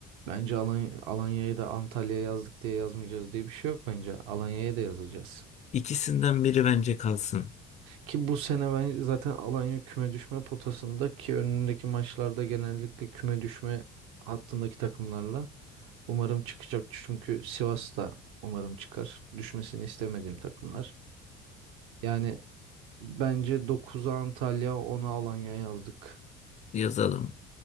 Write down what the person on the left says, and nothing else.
İkisinden biri bence kalsın.
Yazalım.